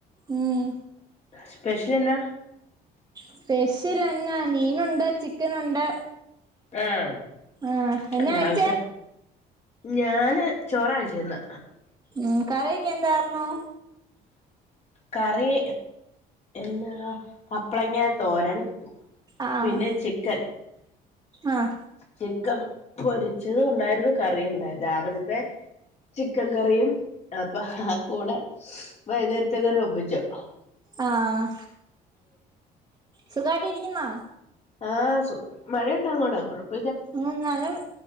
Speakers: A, on the right (about 20°); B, on the left (about 40°).
A: ഉം
B: സ്പെഷ്യൽ എന്നാ?
A: സ്പെഷ്യൽ എന്നാ മീനുണ്ട് ചിക്കനൊണ്ട്
B: ആഹ്
A: ആഹ് എന്നാ
B: ലാവിഷാ
A: കഴിച്ചേ?
B: ഞാന് ചോറാ കഴിച്ചെ ഇന്ന്
A: ഉം കറിക്കെ എന്തായ്ര്ന്നു?
B: കറീ. എന്നാ കപ്പ്ളങ്ങാ തോരൻ
A: ആഹ്
B: പിന്നെ ചിക്കൻ
A: ആഹ്.
B: ചിക്കൻ പ്പൊരിച്ചത് ഒണ്ടായിരുന്നു കറി ഒണ്ടായി രാവിലത്തെ ചിക്കൻ കറിയും അപ്പൊ ഹാഹ് കൂടെ വൈന്നേരത്തേക്കരു <unintelligible>
A: ആഹ് സുഖായ്ട്ട് ഇരിക്കുന്നോ?
B: ആഹ് സു മഴയുണ്ടങ്ങോടാ കൊഴപ്പ
A: ഉ നല്ല